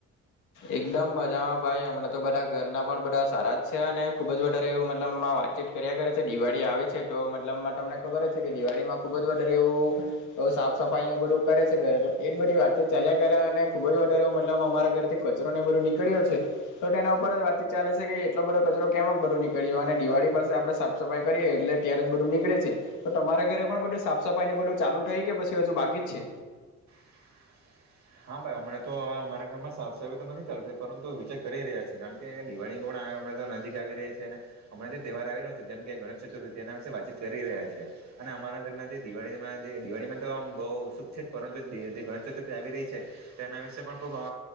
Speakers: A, on the left; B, on the right.
A: એકદમ મજામાં ભાઈ અમણા તો બધા ઘરના પણ બધા સારા જ છે અને ખુબ જ વધારે એવું મતલબ વાતચીત કર્યા કરે છે દિવાળી આવે છે તો મતલબ તમને ખબર જ છે કે દિવાળી માં ખુબ જ વધારે એવું સાફ સફાઈ નું બધું કરે છે ઘે તો એ જ બધી વાતચીત ચાલયા કરે અને ખુબ જ વધારે મતલબ અમારા ઘરથી કચરો ને બધું નીકળ્યો છે તો તેના ઉપર જ વાતચીત ચાલે છે કે એટલો બધો કચરો કેમક બધું નીકળ્યો અને દિવાળી પાસે આપણે સાફ સફાઈ કરીએ એટલે ત્યારે જ બધું નીકળે છે તો તમારા ઘરે પણ બધું સાફ સફાઈ ને બધું ચાલુ થઈ કે પછી હજુ બાકી જ છે.
B: <inaudible> હા ભાઈ અમને તો અમારા ઘરમાં સાફ સફાઈ તો નથી ચાલતી પરંતુ વિચાર કરી રહ્યા છે કારણ કે દિવાળી થોડા તો નજીક આવી રહી છે અને હમણા જે તહેવાર આવી રહ્યો છે જેમ કે ગણેશ ચતુર્થી એના વિશે વાતચીત કરી રહ્યા છીએ. અને અમારા ઘરના જે દિવાળીમાં જે દિવાળીમાં તો આમ બહુ ઉત્સુક છે પરંતુ જે ગણેશ ચતુર્થી આવી રહી છે. તેના વિશે પણ ખુબ અ